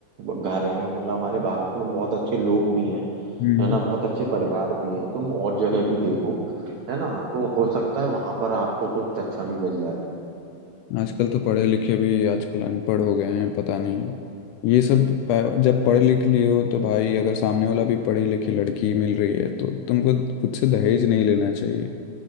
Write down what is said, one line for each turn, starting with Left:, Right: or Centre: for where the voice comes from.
Right: घर हैं मतलब हमारे भारत में बहुत अच्छे लोग भी हैं
Left: हम्म।
Right: है ना बहुत अच्छे परिवार भी हैं तुम और जगह भी देखो है ना तो हो सकता है वहां पर आपको कुछ अच्छा भी मिल जाए
Left: आजकल तो पढ़े लिखे भी आजकल अनपढ़ हो गए हैं पता नहीं ये सब प- जब पढ़ लिख लिए हो तो भाई अगर सामने वाला भी पढ़ी लिखी लड़की मिल रही है तो तुमको खुद से दहेज नहीं लेना चाहिए